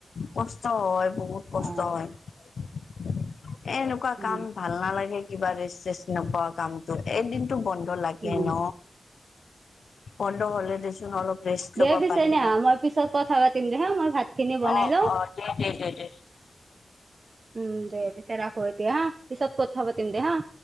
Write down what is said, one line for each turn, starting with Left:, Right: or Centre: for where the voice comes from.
Left: কষ্ট হয় বহুত। কষ্ট
Right: অ',
Left: হয়। এ এনেকুৱা
Right: উম,
Left: কাম- ভাল নালাগে কিবা ৰেষ্ট-চেছ নোপোৱা কামটো। এদিনতো বন্ধ লাগে
Right: উম।
Left: ন। বন্ধ হ'লে দিচ দেচোন অলপ ৰেষ্ট
Right: দে
Left: ল'ব
Right: পিছে
Left: পাৰি
Right: নেহা
Left: ন।
Right: মই পিছত কথা পাতিম দে হা মই ভাত খিনি বনাই
Left: অ-অ।
Right: লওঁ।
Left: দে-দে-দে-দে।
Right: উম' দে, এতিয়া ৰাখো এতিয়া হা, পিছত কথা পাতিম দে হা।